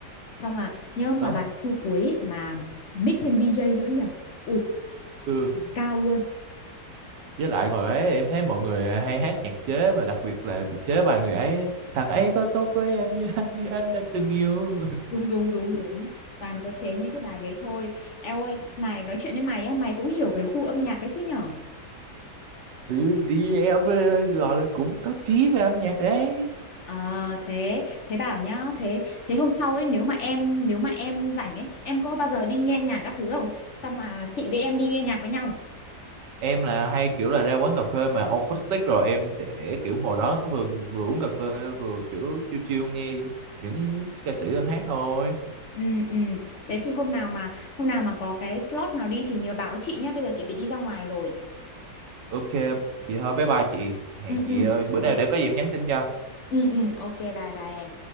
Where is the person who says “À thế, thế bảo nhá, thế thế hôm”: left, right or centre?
Left